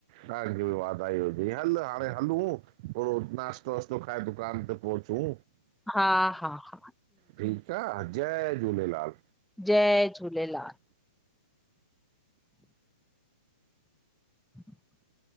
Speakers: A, on the right; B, in the centre.
A: तहांखे बि वाधाई हुजई, हलु हाणें हलूं थोड़ो नाश्तो वाश्तो खाए, दुकान ते पहुँचूं।
B: हा हा हा
A: ठीक आ, जय झूलेलाल।
B: जय झूलेलाल। <inaudible>